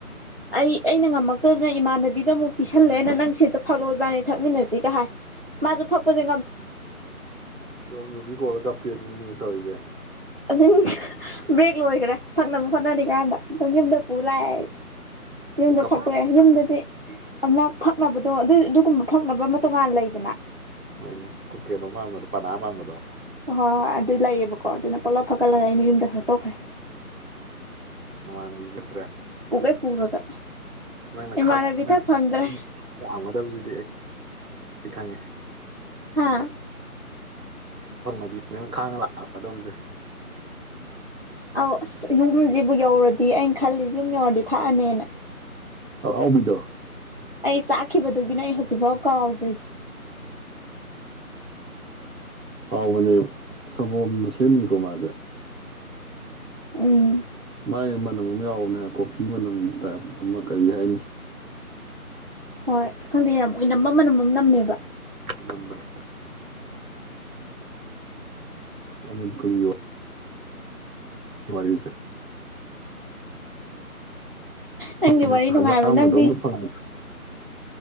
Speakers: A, on the right; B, on the right.
A: ꯑꯩ ꯑꯩꯅ ꯉꯝꯃꯛꯇꯗꯅ ꯏꯃꯥꯟꯅꯕꯤꯗ ꯑꯃꯨꯛ ꯄꯤꯁꯜꯂꯦꯅ ꯅꯪ ꯁꯤꯗ ꯐꯔꯛꯑꯣꯕꯅꯦ ꯊꯛꯃꯤꯟꯅꯁꯤꯒ ꯍꯥꯏ ꯃ ꯎ ꯊꯛꯄꯖ
B: ꯌ ꯌ ꯀꯣꯂ ꯀꯥꯄꯤꯤ ꯑꯗꯨꯅꯤ ꯇꯧꯏꯗꯦ
A: ꯑꯗꯨꯝ ꯕ꯭ꯔꯦꯛ ꯂꯣꯏꯈ꯭ꯔꯦ ꯐꯪꯅꯕ ꯍꯣꯠꯅꯔꯤꯀꯥꯟꯗ ꯑꯗꯨꯝ ꯌꯨꯝꯗ ꯄꯨ ꯂꯥꯛꯑꯦ ꯑꯩ ꯌꯨꯝꯗ
B: ꯅꯪ ꯀꯞꯄ
A: ꯐꯠꯇꯣꯛꯑꯦ ꯌꯨꯝꯗꯗꯤ ꯑꯗꯨꯅ ꯐꯛꯅꯕꯗꯣ ꯑꯗꯨ ꯑꯗꯨꯒꯨꯝꯕ ꯐꯛꯅꯕ ꯑꯃ ꯇꯣꯉꯥꯟꯅ ꯂꯩꯗꯅ
B: ꯍꯣꯏꯅꯦ ꯁꯀꯨꯇꯤ ꯑꯗꯨꯧ ꯄꯝꯕꯗꯣ ꯄꯅꯥ ꯄꯥꯝꯕꯗꯣ
A: ꯍ ꯍꯣꯏ ꯍꯣꯏ ꯑꯗꯨꯏ ꯂꯩꯑꯕꯀꯣ ꯑꯗꯨꯅ ꯄꯨꯜꯂꯞ ꯐꯒꯠꯂꯒ ꯑꯩꯅ ꯌꯨꯝꯗ ꯍꯛꯇꯣꯛꯈ꯭ꯔꯦ
B: ꯃꯃꯅꯠꯇ꯭ꯔꯦ
A: ꯄꯨꯕ ꯄꯨꯔꯒ
B: ꯅꯪꯅꯒꯗꯕꯁꯤꯗꯤ
A: ꯏꯃꯥꯟꯅꯕꯤ ꯊꯛ ꯐꯪꯗ꯭ꯔꯦ
B: ꯑꯩ ꯈꯪꯉꯤ
A: ꯍꯥꯥ
B: ꯐꯪꯉꯗꯤ ꯅ ꯈꯥꯡꯅ ꯂꯥꯛꯑꯒꯗꯕꯁꯦ
A: ꯑꯧ ꯑꯁ ꯌꯨꯝꯁꯤꯕꯨ ꯌꯧꯔꯗꯤ ꯑꯩꯅ ꯈꯜꯂꯤꯁꯦ ꯌꯨꯝ ꯌꯧꯔꯗꯤ ꯊꯛꯑꯅꯦꯅ
B: ꯑꯥꯎꯕꯤꯗ
A: ꯑꯩ ꯆꯥꯛꯈꯤꯕꯗꯨꯒꯤꯅꯦ ꯑꯩ ꯍꯧꯖꯤꯛꯐꯥꯎ ꯀꯥꯎꯗ꯭ꯔꯤꯁꯦ
B: ꯑꯥꯎ ꯃꯅꯤ ꯁꯅ ꯁꯦꯃꯤꯅꯤꯀꯣ ꯃꯥꯗꯦ
A: ꯎꯝ
B: ꯃꯥꯥꯏꯒꯤ ꯃꯅꯝ ꯑꯃ ꯌꯥꯎꯕꯅꯦ ꯀꯣꯐꯤ ꯃꯅꯝꯒꯤ ꯇꯥꯏꯞ ꯑꯃ ꯀꯔꯤ ꯍꯥꯏꯅꯤ
A: ꯍꯣꯏ ꯈꯪꯗꯦ ꯌꯥꯝꯅ ꯃꯃꯅꯝꯃꯝ ꯅꯝꯃꯦꯕ
B: ꯂꯝꯝꯕꯜ ꯑ ꯃꯀꯒꯤ ꯋꯥꯔꯤ
A: ꯅꯪꯗꯤ
B: ꯖꯤ
A: ꯋꯥꯔꯤ
B: ꯍꯖꯥ
A: ꯅꯨꯡꯉꯥꯏꯕ
B: ꯑꯃꯒꯗ
A: ꯅꯪꯗꯤ
B: ꯑꯝꯇ ꯐꯪꯉ